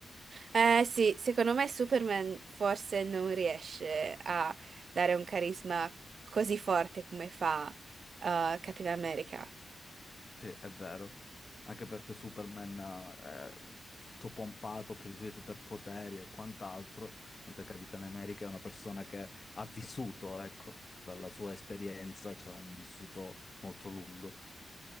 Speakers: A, on the right; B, on the left.
A: Eh sì, secondo me Superman forse non riesce a dare un carisma così forte come fa eh, Capitan America.
B: Sì, è vero. Anche perché Superman, eh, è tutto pompato per i suoi superpoteri e quant'altro, mentre Capitano America è una persona che ha vissuto, ecco, dalla sua esperienza, c'ha un vissuto molto lungo.